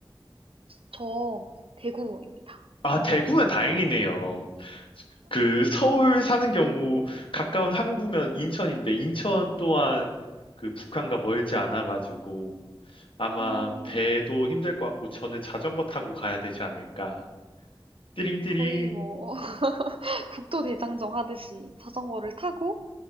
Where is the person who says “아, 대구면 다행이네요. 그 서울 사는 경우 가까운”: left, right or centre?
Left